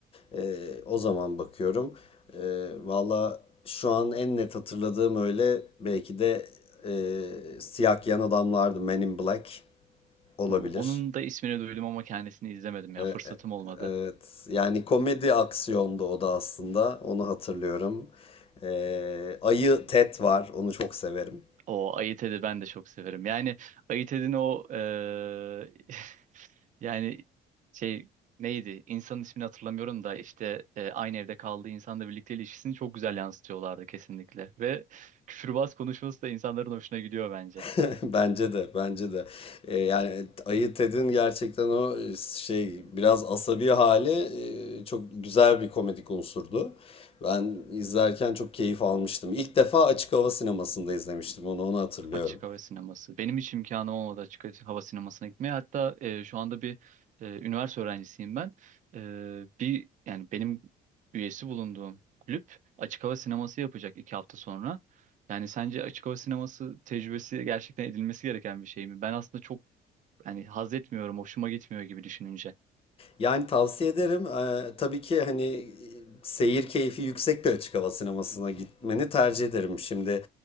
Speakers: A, on the left (about 35°); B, on the right (about 50°).
A: eee, o zaman bakıyorum. Eee valla şu an en net hatırladığım öyle belki de eee Siyah Giyen Adamlardı. Men in Black olabilir.
B: Onun da ismini duydum ama kendisini izlemedim ya
A: Ee,
B: fırsatım olmadı.
A: Evet. Yani komedi aksiyondu o da aslında. Onu hatırlıyorum. Ee, Ayı Ted var. Onu çok severim.
B: O Ayı Ted'i ben de çok severim. Yani Ayı Ted'in o eee, <laughs> yani şey neydi? İnsanın ismini hatırlamıyorum da işte e, aynı evde kaldığı insanla birlikte ilişkisini çok güzel yansıtıyorlardı kesinlikle. Ve küfürbaz konuşması da insanların hoşuna gidiyor bence.
A: <laughs> Bence de. Bence de. Ee, yani Ayı Ted'in gerçekten o e, şey biraz asabi hali e, çok güzel bir komedik unsurdu. Ben izlerken çok keyif almıştım. İlk defa açık hava sinemasında izlemiştim onu. Onu hatırlıyorum.
B: Açık hava sineması. Benim hiç imkanım olmadı açık hava sinemasına gitmeye. Hatta e, şu anda bir e, üniversite öğrencisiyim ben. E, bir yani benim üyesi bulunduğum kulüp açık hava sineması yapacak iki hafta sonra. Yani sence açık hava sineması tecrübesi gerçekten edilmesi gereken bir şey mi? Ben aslında çok yani haz etmiyorum, hoşuma gitmiyor gibi düşününce.
A: Yani tavsiye ederim. Eee, tabii ki hani e, seyir keyfi yüksek bir açık hava sinemasına gitmeni tercih ederim. Şimdi